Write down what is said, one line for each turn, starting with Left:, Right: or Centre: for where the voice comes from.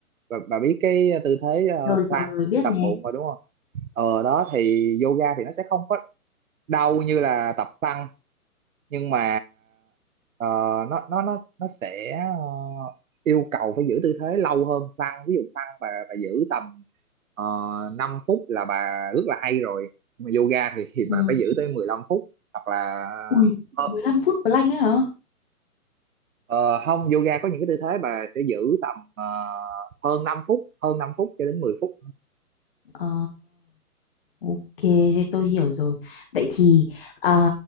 Right: bà, bà biết cái tư thế ờ,
Left: rồi
Right: plank
Left: rồi rồi biết
Right: tập
Left: nè
Right: bụng mà đúng không ờ đó thì yoga thì nó sẽ không có đau như là tập plank nhưng mà ờ, nó nó nó nó sẽ ờ, yêu cầu phải giữ tư thế lâu hơn plank ví dụ plank bà bà giữ tầm uh, 5 phút là bà rất là hay rồi nhưng mà yoga thì, thì
Left: ừ.
Right: bà phải giữ tới mười lăm phút hoặc là
Left: ui
Right: ờ,
Left: 15 phút plank ấy hả
Right: ờ, không yoga có những cái tư thế bà sẽ giữ tầm ờ, hơn năm phút hơn 5 phút cho đến mười phút
Left: Ờ Ok, thế tôi hiểu rồi. Vậy thì à,